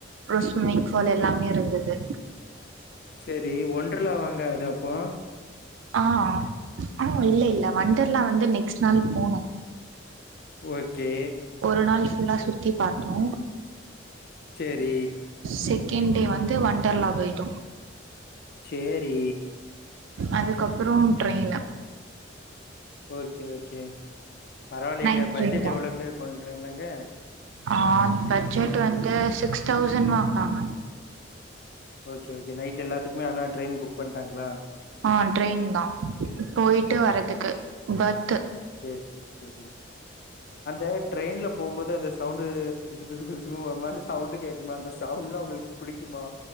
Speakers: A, on the right; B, on the left.
A: ஸ்விம்மிங் ஃபூல் எல்லாமே இருந்துது
B: சேரி ஒன்றலா வாங்க அது அப்போ
A: ஆ ஆம் ஆ இல்ல இல்ல வண்டர்லா வந்து நெக்ஸ்ட் நாள் போனோ
B: ஓகே
A: ஒரு நாள் ஃபுல்லா சுத்தி பாத்தோ
B: சேரி
A: செகண்ட் டே வந்து ஒண்டர்லா போயிட்டோ
B: சேரி
A: அதுக்கப்பறோ ட்ரெயினு
B: ஓகே ஓகே பரவா இல்லையேங்க
A: நைட்
B: பட்ஜெட்
A: ட்ரெயின் தா
B: எவ்வளோங்க கொண்டுனங்க
A: ஆ பட்ஜெட் வந்து சிக்ஸ் தௌசண்ட் வாங்குனாங்க
B: ஓகே ஓக நைட் எல்லாத்துக்குமே ஆனா ட்ரெயின் புக் பண்ட்டாங்களா
A: ஆ ட்ரெயின்தா போயிட்டு வரதுக்கு பர்த்து
B: சேர் சேர் சேரி அந்த ட்ரெயின்ல போம்போது அந்த ஸ் சவுண்டு் புசு புசு புசு ஒரு மாதிரி சவுண்டு் கேக்குமே அந்த சவுண்ட்லா உங்களுக்கு பிடிக்குமா